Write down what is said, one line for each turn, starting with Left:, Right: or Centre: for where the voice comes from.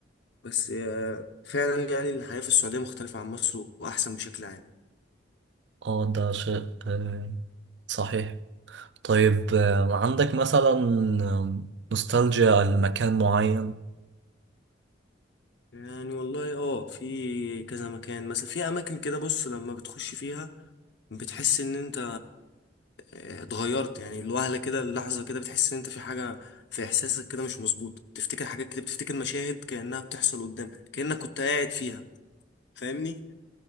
Left: بس آه، فعلا يعني الحياه في السعوديه مختلفه عن مصر واحسن بشكل عام
Right: اه ده شيء آه، صحيح طيب آه، عندك مثلا آه، نوستالجيا لمكان معين
Left: يعني والله اه في كذا مكان مثلا في اماكن كده بص لما بتخش فيها بتحس ان انت آه، اتغيرت يعني الوهلة كده اللحظة كده بتحس ان انت في حاجة في احساسك كده مش مظبوط تفتكر حاجات كده بتفتكر مشاهد كأنها بتحصل قدامك كأنك كنت قاعد فيها فاهمني